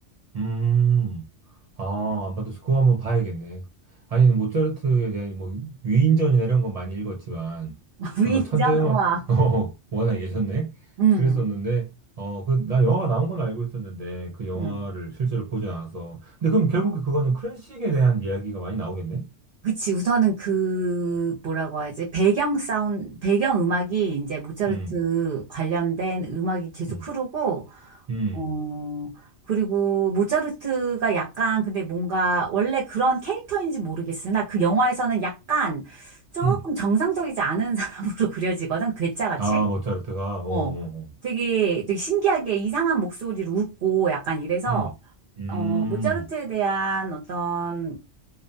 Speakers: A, on the right; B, on the right.
A: 음, 아, 안 받았어. 그거 한번 봐야겠네. 아니, 모차르트에 대한 뭐 위인전이나 이런 건 많이 읽었지만,
B: <laughs> 위인전?
A: 워낙 천재 음악,
B: 와.
A: <laughs> 어, 워낙 예전에
B: 응, 응,
A: 그랬었는데, 어, 그, 나 영화가 나온 건 알고 있었는데, 그 영화를
B: 응.
A: 실제로 보진 않아서. 근데 그럼 결국에 그거는 클래식에 대한 이야기가 많이 나오겠네?
B: 그치, 우선은 그, 뭐라고 하지? 배경 사운드, 배경 음악이 이제 모차르트
A: 음,
B: 관련된 음악이 계속
A: 음,
B: 흐르고,
A: 음,
B: 어, 그리고 모차르트가 약간 근데 뭔가 원래 그런 캐릭터인지 모르겠으나 그 영화에서는 약간 조금
A: 음.
B: 정상적이지 않은 <laughs> 사람으로 그려지거든, 괴짜같이.
A: 아, 모차르트가, 어, 어,
B: 어,
A: 어.
B: 되게, 되게 신기하게 이상한 목소리로 웃고 약간 이래서,
A: 음, 음,
B: 어, 모차르트에 대한 어떤